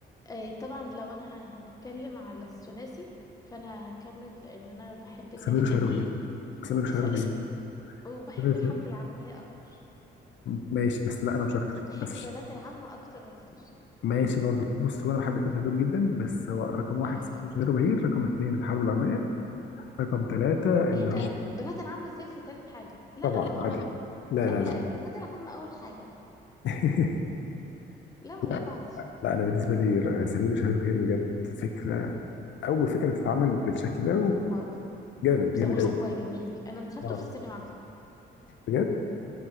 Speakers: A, on the left; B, on the left.
A: آه طبعا لو انا ه- هنتكلم على الثلاثي فانا هكمل ان انا بحب تاني
B: سمير وشهير وبهير سمير وشهير
A: سامي
B: وبهير
A: وبحب
B: سمير وشهير-
A: الحرب العالمية اكتر
B: ماشي بس لا أنا مش أكتر
A: بحب
B: بس
A: بنات العم اكتر واكتر
B: ماشي برضو بص هو انا بحب الثلاثه دول جدا بس هو رقم واحد
A: اه
B: سمير غير بهير رقم اثنين الحرب العالميه رقم ثلاثه اللي
A: ايه
B: هو
A: ده بنات العم ازاي في تالت حاجة لا
B: طبعا
A: طبعا
B: عادل طبعا لا
A: لا
B: لا لا
A: بنات العم اول حاجة
B: <laughs>
A: لا ما ينفعش
B: لا لا انا بالنسبه لي ر- سمير وشهير بهير بجد فكره اول فكره تتعمل بالشكل ده
A: اه
B: وجامد
A: بصراحة
B: جامد قوي
A: هو جميل انا دخلته
B: اه
A: في السينما على فكرة
B: بجد